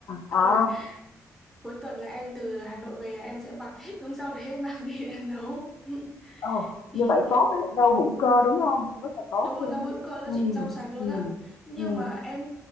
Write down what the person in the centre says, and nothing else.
<laughs> Xong rồi cuối tuần là em từ Hà Nội về em sẽ vặt hết đống rau đấy em mang đi em nấu. <laughs>
Thì
Đúng
rồi, rau hữu
cơ đó
chị, rau sạch luôn
ạ. Nhưng
mà em